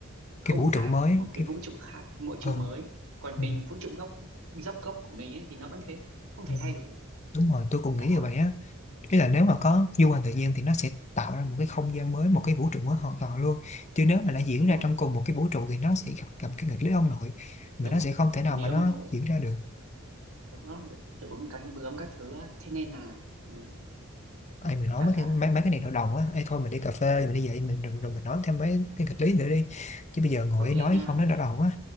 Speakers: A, on the right; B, on the left.
A: không
B: cái vũ
A: gian
B: trụ mới
A: một
B: á,
A: một cái
B: cái
A: vũ trụ khác mỗi trụ
B: ừ,
A: mới còn
B: ừ,
A: mình vũ trụ gốc dốc gốc của mình ấy thì nó vẫn thế không thể
B: ừ.
A: thay đổi được
B: đúng rồi tôi cũng
A: đó
B: nghĩ như vậy á ý là nếu mà có du hành tự nhiên thì nó sẽ tạo ra một cái không gian mới một cái vũ trụ mới hoàn toàn luôn chứ
A: ừ,
B: nếu mà nó diễn
A: đúng
B: ra
A: rồi
B: trong cùng một cái vũ trụ thì nó sẽ gặp gặp cái nghịch lý ông nội
A: đúng
B: mà nó
A: rồi
B: sẽ không thể nào
A: mình lấy
B: mà
A: ông
B: nó
A: nội
B: diễn ra được
A: đó rồi hiệu ứng cánh bướm các thứ á. thế nên là đấy,
B: ai mình
A: thú
B: nói
A: thật
B: mấy cái
A: là
B: mấy, mấy cái này đầu đầu á ai thôi mình đi cà phê
A: ừ.
B: mình đi vậy mình rồi, rồi mình nói thêm mấy cái nghịch lý nữa đi chứ bây giờ ngồi
A: ok
B: nói
A: nha
B: không nói
A: ok
B: đau đầu á